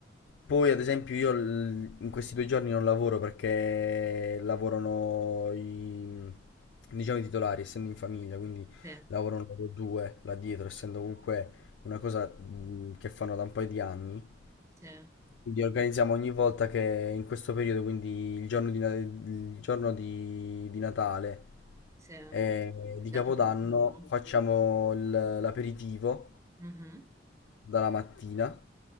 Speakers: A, on the left; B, on the right.
A: Poi, ad esempio, io l- in questi due giorni non lavoro perché lavorano i, diciamo, i titolari, essendo in famiglia, quindi
B: Sì,
A: lavorano loro due là dietro, essendo comunque una cosa mh, che fanno da un paio di anni.
B: sì,
A: Quindi organizziamo ogni volta che in questo periodo, quindi il giorno di, Na- il giorno di di Natale
B: sì.
A: e di
B: Dato
A: Capodanno
B: quel turno.
A: facciamo il- l'aperitivo
B: Mhm.
A: dalla mattina,